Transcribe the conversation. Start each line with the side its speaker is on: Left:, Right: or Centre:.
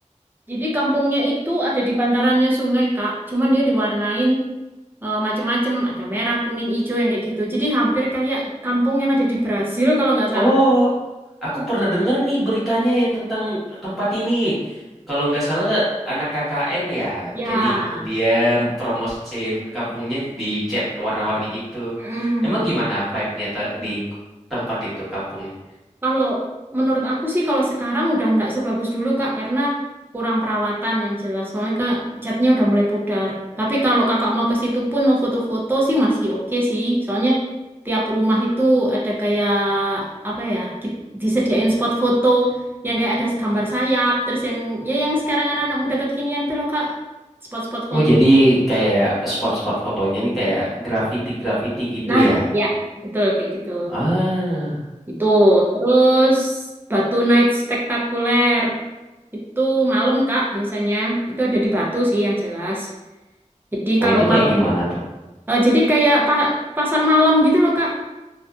Right: Jadi kampungnya itu ada di bantarannya sungai, Kak. Cuman dia diwarnain eh, macem-macem ada merah kuning hijau yang kayak gitu jadi hampir kayak kampung yang ada di Brasil kalau nggak salah
Centre: Oh, aku pernah dengar nih beritanya yang tentang tempat ini. Kalau nggak salah anak KKN ya,
Right: ya
Centre: jadi dia promosiin kampungnya di cat warna-warni gitu.
Right: Mm-mm.
Centre: Emang gimana vibe-nya te- di tempat itu kampungnya?
Right: Kalau menurut aku sih kalau sekarang udah nggak sebagus dulu Kak karena kurang perawatan yang jelas. Soalnya Kak catnya udah mulai pudar. Tapi kalau Kakak mau ke situ pun mau foto-foto sih masih oke sih. Soalnya tiap rumah itu ada kayak apa ya ki- disediain spot foto yang kayak ada gambar sayap terus yang ya yang sekarang anak-anak muda kekinian tuh loh Kak spot-spot foto.
Centre: Oh, jadi kayak spot-spot fotonya nih kayak graffiti-graffiti gitu
Right: Nah,
Centre: ya.
Right: ya betul kayak gitu.
Centre: Ah,
Right: Itu terus Batu Night Spectacular. Itu malam Kak biasanya. Itu ada di Batu sih yang jelas. Jadi
Centre: wah
Right: kalau
Centre: itu kayak
Right: malam,
Centre: gimana tuh?
Right: eh, jadi kayak pa- pasar malam gitu loh Kak.